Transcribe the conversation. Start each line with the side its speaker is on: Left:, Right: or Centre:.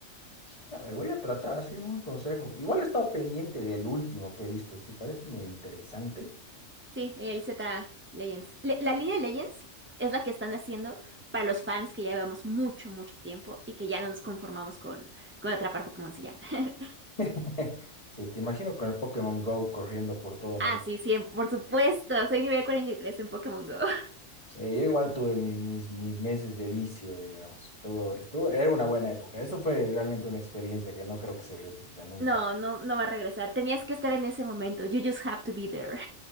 Left: Sí, a ver, voy a tratar, así un consejo. Igual he estado pendiente del último que he visto, sí, parece medio interesante.
Right: Sí, el Z Legends. Le- la línea Legends es la que están haciendo para los fans que ya llevamos mucho, mucho tiempo y que ya no nos conformamos con, con atrapar Pokémon si ya. <laughs>
Left: <laughs> Sí, te imagino con el Pokémon Go corriendo por todo México.
Right: Ah, sí, sí, por supuesto, soy nivel 43 en Pokémon Go. <laughs>
Left: Sí, yo igual tuve mis, mis, mis meses de vicio, digamos. Estuvo, estuvo, era una buena época. Eso fue realmente una experiencia que no creo que se repita nunca.
Right: No, no, no va a regresar. Tenías que estar en ese momento. You just have to be there.